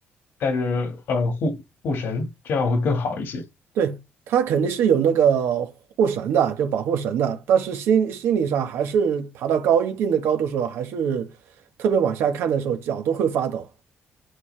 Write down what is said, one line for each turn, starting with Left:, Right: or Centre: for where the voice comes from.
Left: 带着呃护护绳，这样会更好一些。
Right: 对，它肯定是有那个护绳的，就保护绳的，但是心心理上还是爬到高一定的高度的时候，还是特别往下看的时候，脚都会发抖。